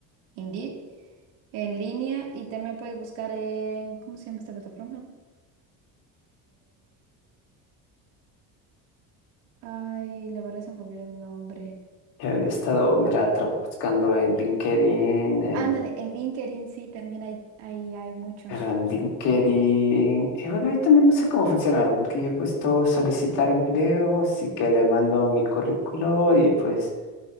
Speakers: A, on the right; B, on the left.
A: Indeed, en línea, y también puedes buscar en, ¿cómo se llama esta plataforma? Ay, la verdad se me olvidó el nombre.
B: Yo, yo he estado, mira, tra- buscando en LinkedIn, en,
A: Ándale, en LinkedIn sí, también hay, hay, hay mucho.
B: pero en LinkedIn, y bueno, ahí también no sé cómo funciona, ¿no? Porque yo he puesto solicitar empleo, sí que le mando mi currículo y pues